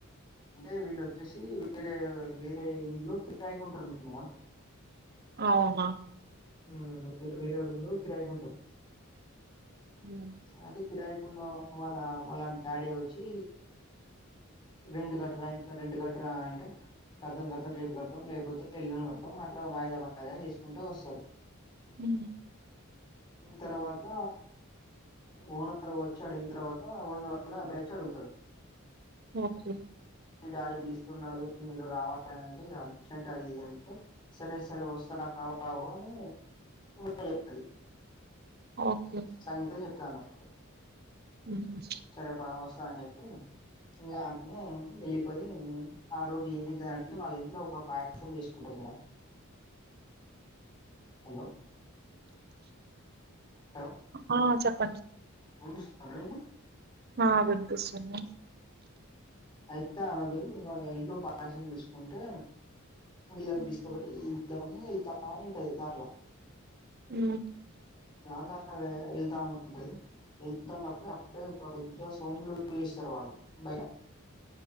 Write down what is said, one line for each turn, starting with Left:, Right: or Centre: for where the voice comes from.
Left: అంటే వీళ్ళు వచ్చేసి వేరే వేరే ఇంట్లో కిరాయికుంటరు అన్నట్టు మేడమ్
Right: అవునా
Left: ఉమ్ వే వేరే రూమ్లో కిరాయికుంటరు
Right: హ్మ్.
Left: అయితే కిరాయికున్న వాళ్ళ వాళ్ళ డాడీ వచ్చి రెంట్ కట్టరా ఇంకా రెంట్ కట్టరా అంటే కడతాం కడతాం రేపు కడతాం లేకపోతే ఎల్లుండి కడతాం అట్లా వాయిదా వాయిదా వేసుకుంటూ వస్తరు
Right: ఉ
Left: తర్వాత ఓనర్ వచ్చి అడిగిన తర్వాత ఓనర్ వాళ్ళ అబ్బాయి వచ్చి అడుగుతడు
Right: ఓకే
Left: డాడీ పిలుస్తున్నడు మీరు రావాలంటే అర్జెంట్ అది ఇది అంటే సరే సరే వస్తున్న అని ఈమె చెప్తది
Right: ఓకే.
Left: సంగీత చెప్తది అన్నట్టు
Right: హ్మ్.
Left: సరే పా వస్తా అని చెప్పి ఇంగ అమె వెళ్ళిపోయి ఆ రోజు ఏం చేస్తారంటే వాళ్ళ ఇంట్లో ఒక పాయసం చేసుకుంటరు
Right: అ
Left: హలో హలో
Right: ఆ చెప్
Left: వినిపిస్తుందా మేడం మీకు?
Right: ఆ వినిపిస్తుంది
Left: అంతా పోయి వాళ్ళ ఇంట్లో పాయసం చేసుకుంటే వీళ్ళకి
Right: హ్మ్.
Left: తీసుకపోయి ఇద్దామని వెళ్తా ఉంటది దారిల
Right: అ
Left: గాన వెళ్తా ఉంటది వెళ్తుంన్నప్పుడే అప్పుడే ఒక పెద్ద సౌండ్లు చేస్తరు వాళ్ళు బయట